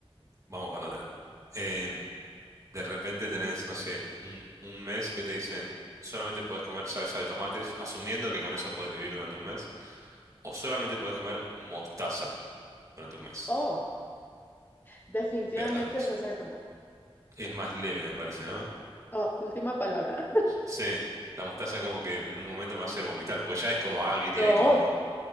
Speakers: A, on the right; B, on the left.
A: vamos con otra. Eh, De repente tenés, no sé, un, un mes que te dicen, solamente podés comer salsa de tomates, asumiendo que con eso podés vivir durante un mes, o solamente podés comer mostaza durante un mes.
B: Oh, definitivamente
A: Veas las dos.
B: salsa de tomate.
A: Es más leve, me parece, ¿no?
B: Oh, última palabra.
A: Sí, la mostaza como que en un momento me va a hacer vomitar, porque ya es como agria
B: No,
A: y como...